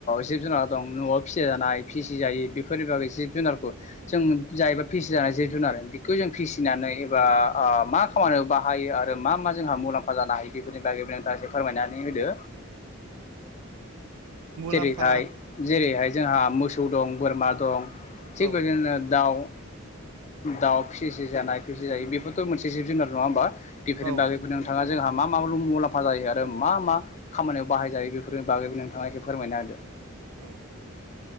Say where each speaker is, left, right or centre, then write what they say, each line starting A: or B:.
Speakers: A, on the left; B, on the right.
A: जिब जुनार दं न'आव फिसि जानाय फिसि जायि बोफोरनि बागौ जिस जुनारखौ जों बिदि जायोब्ला फिसिजानाय जिब जुनार बेखौ जों फिसि फिसिनानै एबा आ मा खामानियाव बाहायो आरो मा मा जोंहा मुलाम्फा जानो हायो बेफोरनि बागै दा एसे फोरमायनानै होदो
B: मुलाम्फाया
A: जेरैहाय जेरैहाय जोंहा मोसौ दं बोरमा दं थिख
B: औ
A: बिदिनो दाव दाउ फिसि जानाय फिसि जायि बेफोरथ' मोनसे जिब जुनार नङा होमबा बेफोरनि
B: औ
A: बागैबो नोंथाङा जोंहा मा मा मुलाम्फा जायो आरो मा मा खामानियाव बाहायजायो बेफोरनि बागैबो नोंथाङा ए फोरमायना होदो
B: औ